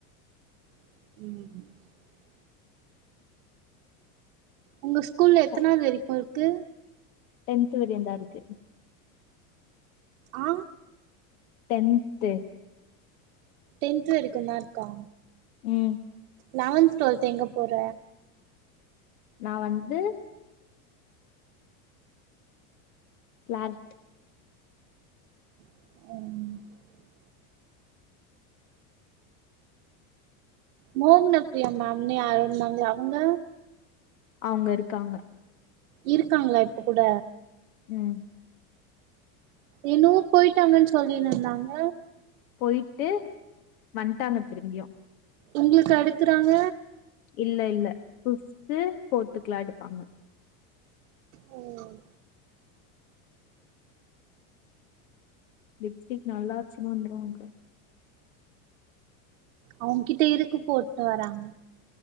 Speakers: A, on the right (about 70°); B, on the left (about 85°).
A: <inaudible> உங்க ஸ்கூல்ல
B: ச
A: எத்தனாவது வரிக்கு இருக்கு
B: டென்த் வரியுந்தா இருக்கு
A: ஆ
B: டென்த்து
A: டென்த்து வரிக்குன்தா இருக்கா
B: ம்
A: லவன்த் டுவல்த் எங்க போற
B: நா வந்து ப்ளார்ட்
A: <inaudible> மோக்ன பிரியா மேம்னு யாரோ இருந்தாங்களே அவுங்க
B: அவுங்க இருக்காங்க
A: இருக்காங்களா இப்ப கூட
B: ம்
A: என்னுவு போயிட்டாங்கன்னு சொல்லினு இருந்தாங்க
B: போயிட்டு வன்ட்டாங்க திரும்பியு
A: உங்குளுக்கு அடுக்குறாங்க
B: இல்ல இல்ல பிஃப்து ஃபோர்த்துக்குலா எடுப்பாங்க
A: ம்
B: லிப்ஸ்டிக் நல்லாச்சுனா வந்துருவாங்க
A: அவுங்க கிட்ட இருக்கு போட்டு வராங்க